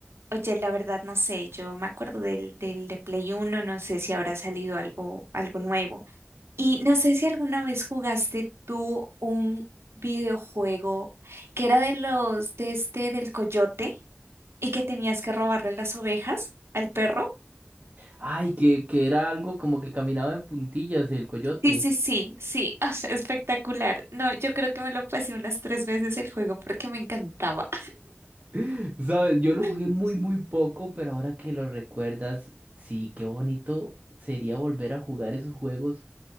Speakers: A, on the right; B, on the right.
A: Oye, la verdad no sé, yo me acuerdo del, del de Play Uno, no sé si habrá salido algo, algo nuevo. Y no sé si alguna vez jugaste tú un videojuego que era de los de este del coyote y que tenías que robarle las ovejas al perro.
B: Ay, que, que era algo como que caminaba en puntillas el coyote.
A: Sí, sí, sí, sí, <laughs> o sea, espectacular. No, yo creo que me lo pasé unas tres veces el juego porque me encantaba.
B: <laughs> ¿Sabes? Yo lo
A: <laughs>
B: jugué muy, muy poco, pero ahora que lo recuerdas, sí, qué bonito sería volver a jugar esos juegos